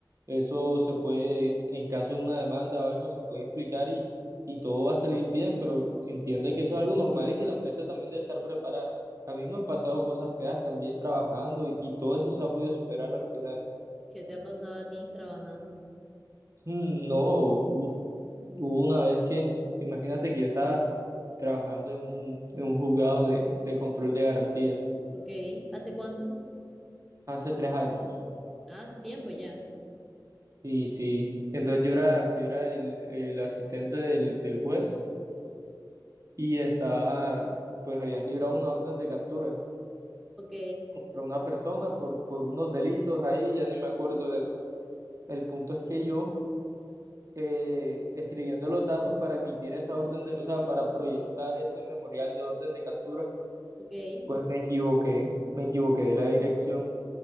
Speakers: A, on the right; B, in the centre.
A: eso se puede, en caso de una demanda o algo, se puede explicar y, y todo va a salir bien. Pero entiende que eso es algo normal y que la empresa también debe estar preparada. A mí me han pasado cosas feas también trabajando y, y todo eso se ha podido superar al final.
B: ¿Qué te ha pasado a ti trabajando?
A: Mm, No, uf, hubo una vez que, imagínate que yo estaba trabajando en un, en un juzgado de, de control de garantías
B: Ok, ¿hace cuánto?
A: hace tres años.
B: Ah, Hace tiempo ya.
A: Y sí, entonces yo era, yo era el, el asistente del, del juez y estaba, pues habían librado una orden de captura
B: Ok,
A: para una persona por, por unos delitos ahí, ya ni me acuerdo de eso. El punto es que yo, eh, escribiendo los datos para emitir esa orden de, o sea, para proyectar ese memorial de orden de captura,
B: ok.
A: Pues me equivoqué, me equivoqué de la dirección